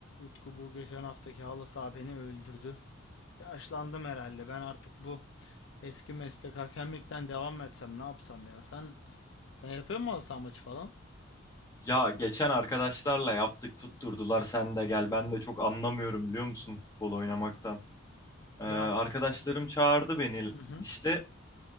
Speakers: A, on the left (about 60°); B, on the left (about 15°).
A: Utku bu geçen haftaki halı saha beni öldürdü. Yaşlandım herhalde. Ben artık bu eski meslek hakemlikten devam mı etsem ne yapsam ya? Sen sen yapıyor musun halı saha maçı falan?
B: Ya geçen arkadaşlarla yaptık tutturdular sen de gel ben de çok anlamıyorum biliyor musun futbol oynamaktan. Ee, arkadaşlarım
A: Ya
B: çağırdı beni
A: hı hı,
B: işte